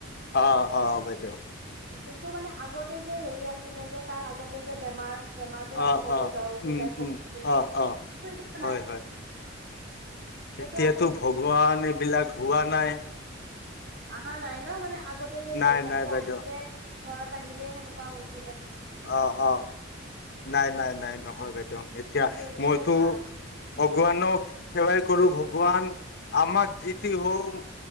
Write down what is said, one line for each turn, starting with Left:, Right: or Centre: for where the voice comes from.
Left: অ অ বদ
Right: কিন্তু মানে আগতে যে হেৰি আছিলে যে তাৰ আগতে যে বেমাৰ বেমাৰতটো আছিলে
Left: অ অ
Right: যে জ্বৰ উঠি
Left: উম
Right: যায় কপ
Left: উম
Right: কপি
Left: অ অ
Right: এতিয়া
Left: হয়
Right: নাই
Left: হয়
Right: সেইটো
Left: এতিয়াতো
Right: আছে নেকি?
Left: ভগৱান এইবিলাক হোৱা নাই
Right: অহা নাই ন মানে আগ আগতে যে
Left: নাই
Right: ইয়াতে
Left: নাই বাইদেউ
Right: আহিলে ঘৰত আহিলে সেনেকুৱা হৈছে
Left: অ অ নাই নাই নাই নহয় বাইদেউ এতিয়া
Right: সেইটোয়ে
Left: মইতো
Right: ভাল।
Left: ভগৱানক সেৱাই কৰো ভগৱান আমাক যিটি হওওঁ